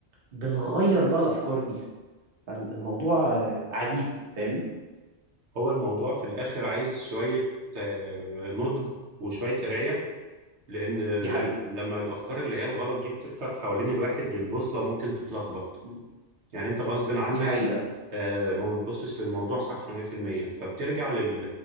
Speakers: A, on the right; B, on the right.
A: بنغير بقى الافكار دي فالموضوع آه، عجيب فاهمني
B: هو الموضوع في الآخر عايز شوية آه، نضج وشوية قراية لأن
A: دي حقيقة
B: لما الأفكار اللي هي الغلط دي بتكتر حوالين الواحد البوصلة ممكن تتلخبط
A: مم.
B: يعني انت غصب عنك
A: دي حقيقة
B: آه، ما بتبصش للموضوع صح 100% فبترجع لل...